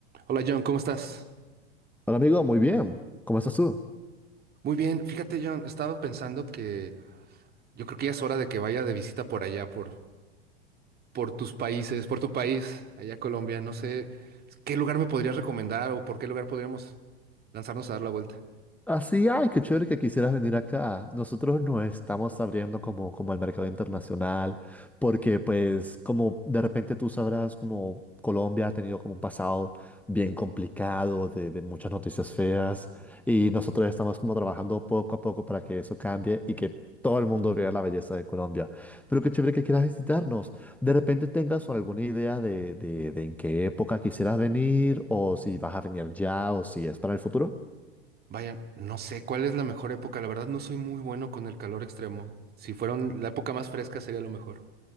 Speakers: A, on the right; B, in the centre.
A: Hola John, ¿cómo estás?
B: Hola amigo, muy bien. ¿Cómo estás tú?
A: Muy bien, fíjate John, estaba pensando que yo creo que ya es hora de que vaya de visita por allá, por, por tus países, por tu país, allá a Colombia. No sé qué lugar me podrías recomendar o por qué lugar podríamos lanzarnos a dar la vuelta.
B: Así, ay, qué chévere que quisieras venir acá. Nosotros nos estamos abriendo como, como al mercado internacional, porque pues como de repente tú sabrás, como Colombia ha tenido como un pasado bien complicado de, de muchas noticias feas, y nosotros estamos como trabajando poco a poco para que eso cambie y que todo el mundo vea la belleza de Colombia. Pero qué chévere que quieras visitarnos. De repente tengas alguna idea de, de de en qué época quisieras venir, o si vas a venir ya, o si es para el futuro.
A: Vayan, no sé cuál es la mejor época. La verdad no soy muy bueno con el calor extremo. Si fueron la época más fresca sería lo mejor.